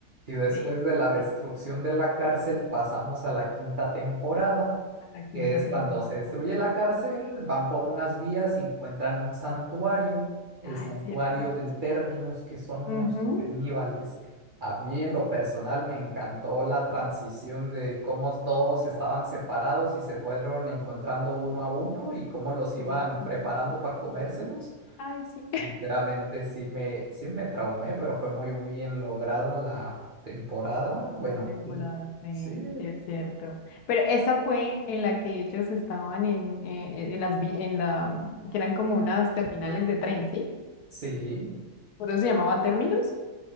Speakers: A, on the right (about 45°); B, on the left (about 75°).
A: Y después
B: Sí,
A: de la destrucción
B: sí,
A: de la cárcel, pasamos a la quinta temporada,
B: a la quinta
A: que es
B: temporada.
A: cuando se destruye la cárcel, van por unas vías y encuentran un santuario, el
B: Ay,
A: santuario
B: sí, es cierto.
A: del Terminus, que son unos
B: Ujú,
A: caníbales. A mí en lo personal me encantó la transición de cómo todos estaban separados y se fueron encontrando uno a uno y cómo los iban
B: Sí, es
A: preparando
B: cierto.
A: para comérselos.
B: Ay, sí.
A: Sinceramente sí me, sí me traumé, pero fue muy bien lograda la temporada. Bueno,
B: La temporada,
A: y-
B: sí,
A: sí,
B: sí es cierto. Pero esa fue en la que ellos estaban en, eh, en las, vi- en la, mm, que eran como unas terminales de tren, ¿sí?
A: sí,
B: Por eso se llamaba términos.